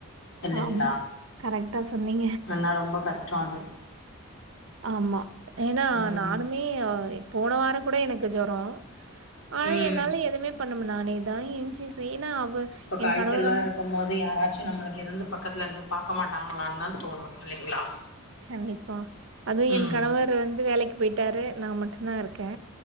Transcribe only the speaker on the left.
இல்லைங்களா
ஏன்னா ரொம்ப கஷ்ட அது
ம்
ம்
இப்ப காய்ச்சல்லா
இருக்கும் போது யாராச்சு நம்மளுக்கு இருந்து பக்கத்துல இருந்து பாக்க மாட்டாங்களான்னு தா தோணு இல்லைங்களா
ம்